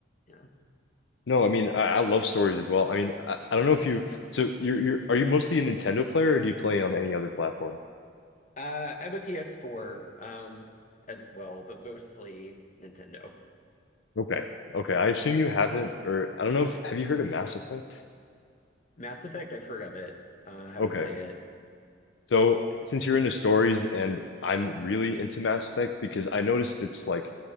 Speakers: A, on the left; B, on the left.
A: yeah.
B: No, I mean I, I love stories as well. I mean I, I don't know if you so you're you're are you mostly a Nintendo player or do you play on any other platform?
A: Uh, I have a PS4 um as well, but mostly Nintendo.
B: Okay, okay. I assume you haven't, or I don't know if have you heard of Mass Effect?
A: Mass Effect, I've heard of it. Uh, haven't
B: Okay.
A: played it.
B: So, since you're into stories, and I'm really into Mass Effect because I noticed it's like,